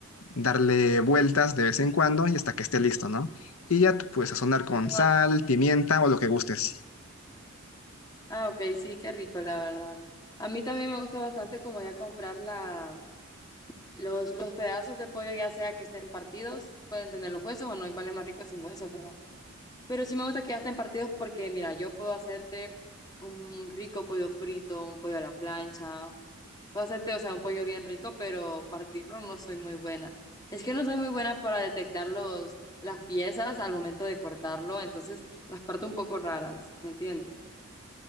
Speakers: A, on the left (about 75°); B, on the left (about 20°).
A: darle vueltas de vez en cuando y hasta que esté listo, ¿no? Y ya tú puedes sazonar con
B: Ajá.
A: sal, pimienta o lo que gustes.
B: Ah, ok, sí, qué rico, la verdad. A mí también me gusta bastante como ya comprar la, Los, los pedazos de pollo, ya sea que estén partidos, pueden tener los huesos o no, igual es más rico sin huesos, ¿verdad? Pero sí me gusta que ya estén partidos porque, mira, yo puedo hacerte un rico pollo frito, un pollo a la plancha, puedo hacerte, o sea, un pollo bien rico, pero partirlo no soy muy buena. Es que no soy muy buena para detectar los, las piezas al momento de cortarlo, entonces las parto un poco raras, ¿me entiendes?